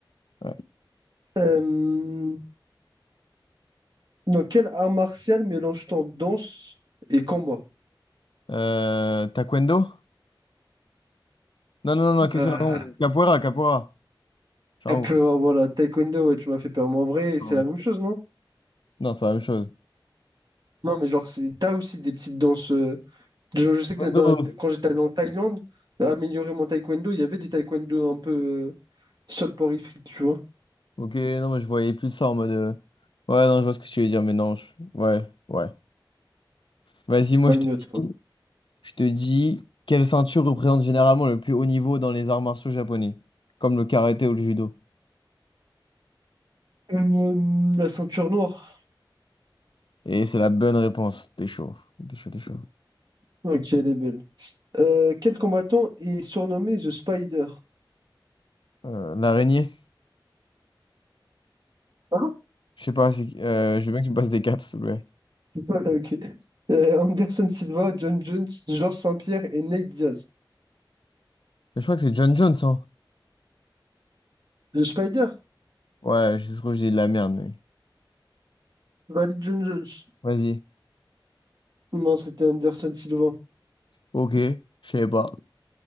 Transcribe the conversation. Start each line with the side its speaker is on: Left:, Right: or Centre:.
Left: Ouais.
Right: Euh, Dans quel art martial mélange-t-on danse et combat?
Left: Euh, taekwondo? Non, non, non, non, question
Right: Ah,
Left: d'avant. Capoeira, capoeira. Ciao.
Right: capoeira, voilà, taekwondo, ouais, tu m'as fait peur. Mais en vrai,
Left: Ouais, ciao.
Right: c'est la même chose, non?
Left: Non, c'est pas la même chose.
Right: Non, mais genre, c'est- t'as aussi des petites danses. euh, Je, je sais
Left: Taekwondo.
Right: que dans la- quand j'étais allé en Thaïlande, améliorer mon taekwondo, il y avait des taekwondo un peu euh, soporifiques, tu vois.
Left: Ok, non, mais je voyais plus ça en mode. euh, Ouais, non, je vois ce que tu veux dire, mais non. je- Ouais, ouais. Vas-y, moi,
Right: Why
Left: je te
Right: not, quoi.
Left: dis. Je te dis, quelle ceinture représente généralement le plus haut niveau dans les arts martiaux japonais, comme le karaté ou le judo?
Right: Euh, la ceinture noire.
Left: Et c'est la bonne réponse. T'es chaud. T'es chaud, t'es chaud.
Right: Ok, elle est belle. Euh, quel combattant est surnommé The Spider?
Left: Euh, l'araignée?
Right: Hein?
Left: Je sais pas, c'est- euh, je veux bien que tu me passes des cartes, s'il te plaît.
Right: <laughs> Ok. Euh, Anderson Silva, John Jones, Georges Saint-Pierre et Nate Diaz.
Left: Mais je crois que c'est John Jones, hein?
Right: The Spider?
Left: Ouais, je trouve que je dis de la merde, mais...
Right: Valide John Jones.
Left: Vas-y.
Right: Non, c'était Anderson Silva.
Left: Ok, je savais pas.